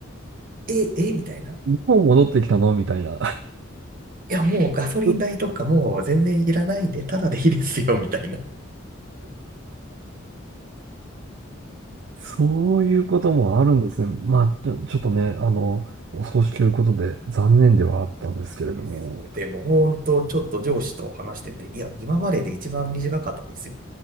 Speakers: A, on the right (about 45°); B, on the right (about 60°).
A: え、え、みたいな。
B: もう戻ってきたのみたいな。
A: いや、もうガソリン代とかもう全然いらないんで、
B: <laughs>
A: ただでいいですよ、みたいな。
B: そういうこともあるんですね。まあ、ちょ、ちょっとね、あの、お葬式ということで残念ではあったんですけれども。
A: ですでも、本当ちょっと上司と話してて、いや、今までで一番短かったですよ。